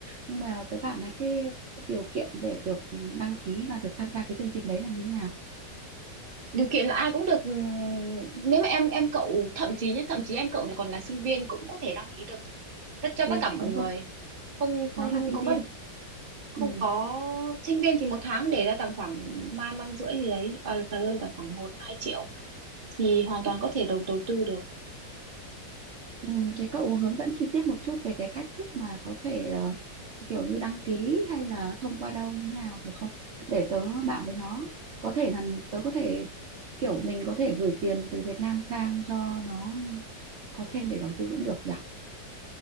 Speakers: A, on the right; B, on the right.
A: nhưng mà tớ bảo này thế điều kiện để được đăng ký và được tham gia cái chương trình đấy là như thế nào
B: điều kiện là ai cũng được ừm, nếu mà em em cậu thậm chí nhé thậm chí em cậu là còn là sinh viên cũng có thể đăng ký được tất cho
A: ừ
B: tất cả mọi
A: đúng
B: người
A: rồi
B: không
A: nó
B: không,
A: là
B: không
A: sinh
B: có bất
A: viên
B: không
A: ừ,
B: có sinh viên thì một tháng để ra tầm khoảng ba man rưỡi gì đấy à, tầm tầm khoảng một hai triệu thì hoàn toàn
A: ừ.
B: có thể đầu đầu tư được
A: Ừ, thế cậu hướng dẫn chi tiết một chút về cái cách thức mà có thể ờ, kiểu như đăng ký hay là thông qua đâu như nào được không? Để tớ bảo với nó. Có thể là tớ có thể kiểu mình có thể gửi tiền từ Việt Nam sang cho nó có thêm để đầu tư cũng được nhỉ?